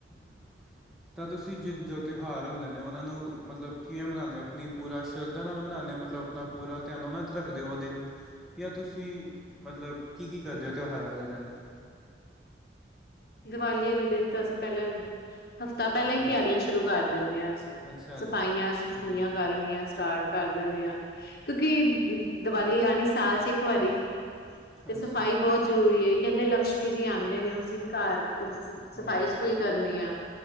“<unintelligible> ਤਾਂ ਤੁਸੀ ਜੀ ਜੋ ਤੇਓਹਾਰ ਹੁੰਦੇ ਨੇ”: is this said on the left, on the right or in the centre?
Centre